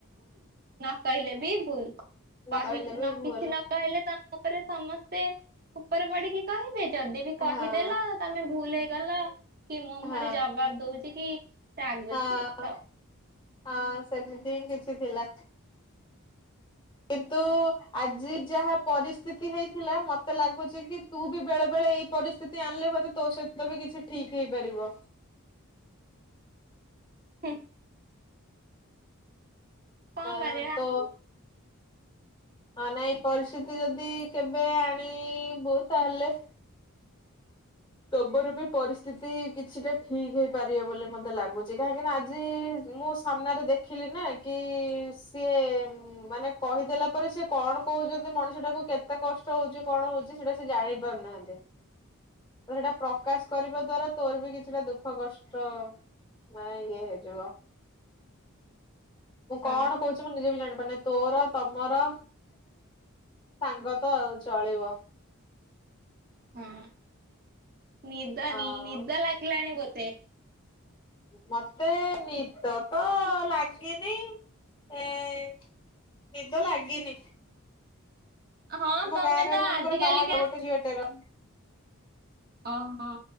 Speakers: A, on the right; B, on the left.
A: ନକହିଲେ ବି ଭୁଲ କହି
B: କହିଲେ
A: ନ
B: ବି ଭୁଲ
A: କିଛି ନ କହିଲେ ତାପରେ ସମସ୍ତେ ଉପରେ ପଡିକି କହିବେ ଯଦି ବି କହିଦେଲ
B: ହଁ
A: ତମେ ଭୁଲ ହେଇଗଲ କି ମୋ ମୁହଁରେ
B: ହଁ
A: ଜବାବ ଦଉଛି କି ରାଗୁଛି
B: ହଁ
A: ସବୁ
B: ହଁ ସେମିତି ହିଁ କିଛି ଥିଲା। କିନ୍ତୁ ଆଜି ଯାହା ପରିସ୍ଥିତି ହେଇଥିଲା ମତେ ଲାଗୁଛି କି ତୁ ବି ବେଳେ ବେଳେ ଏଇ ପରିସ୍ଥିତି ଆଣିଲେ ହୁଏତ ତୋ ସହିତ ବି କିଛି ଠିକ ହେଇପାରିବ।
A: ହୁଁ। କଣ
B: ଆ
A: କରିବା
B: ତ
A: <inaudible>
B: ହଁ ନାଇଁ ପରିସ୍ଥିତି ଯଦି କେବେ ଆଣିବୁ ତାହେଲେ ତବରୁ ବି ପରିସ୍ଥିତି କିଛିଟା ଠିକ ହେଇପାରିବ ବୋଲି ମତେ ଲାଗୁଛି କାହିଁକିନା ଆଜି ମୁଁ ସାମ୍ନାରେ ଦେଖିଲି ନା କି ସିଏ ମାନେ କହିଦେଲା ପରେ ସିଏ କଣ କହୁଛନ୍ତି ମଣିଷଟାକୁ କେତେ କଷ୍ଟ ହଉଛି କଣ ହଉଛି ସେଇଟା ସେ ଜାଣି ପାରୁନାହାନ୍ତି।
A: <inaudible>
B: ସେଇଟା ପ୍ରକାଶ କରିବା ଦ୍ଵାରା ତୋର ବି କିଛିଟା ଦୁଃଖ କଷ୍ଟ ମାନେ ଇ ହେଇଯିବ। ମୁଁ
A: ହଁ
B: କଣ କହୁଛି ମୁଁ ନିଜେ ବି ଜାଣିପାରୁନି ତୋର ତମର ସାଙ୍ଗ ତ ଆଉ ଚଳିବ।
A: ହଁ ନିଦ
B: ହଁ।
A: ନିଦ ଲାଗିଲାଣି ମୋତେ
B: ମତେ ନିଦ ତ ଲାଗିନି। ଏ ନିଦ ଲାଗିନି।
A: ହଁ
B: ଆମ
A: ତମେ
B: ଗାଁରେ
A: ତ
B: ଜଣଙ୍କର
A: ଆଜିକାଲିକା
B: ବାହାଘର ଗୋଟେ ଝିଅଟେର।
A: ଓହୋ।